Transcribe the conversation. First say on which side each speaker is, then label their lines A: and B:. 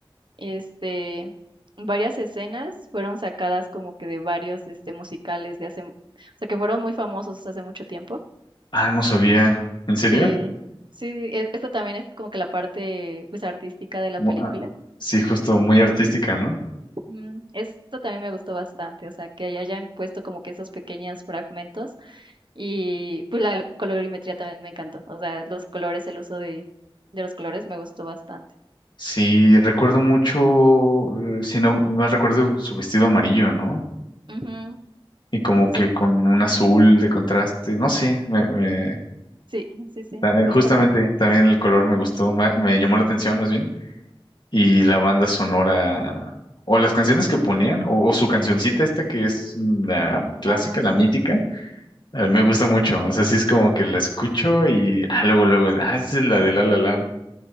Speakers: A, on the right; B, on the left.
A: Este, varias escenas fueron sacadas como que de varios este, musicales de hace, o sea, que fueron muy famosos hace mucho tiempo.
B: Ah, no sabía. ¿En serio?
A: Sí, sí, e- esto también es como que la parte pues artística de la
B: Mu-
A: película.
B: ah, sí, justo, muy artística, ¿no?
A: Mm, esto también me gustó bastante, o sea, que hayan puesto como que esos pequeños fragmentos Y pues la colorimetría también me encantó. O sea, los colores, el uso de, de los colores me gustó bastante.
B: Sí, recuerdo mucho, eh, si no mal recuerdo, su vestido amarillo, ¿no?
A: Ujú.
B: Y como
A: Eso,
B: que con un azul de contraste, no sé, me, me-
A: sí, sí, sí,
B: ta- eh,
A: justamente.
B: justamente también el color me gustó, me, me llamó la atención más bien. y la banda sonora, o las canciones que ponían, o, o su cancioncita esta que es la clásica,
A: Ah, sí.
B: la mítica, eh, me gusta mucho. O sea, sí es como que la escucho y ah, luego, luego, ah, esa es la de La La Land.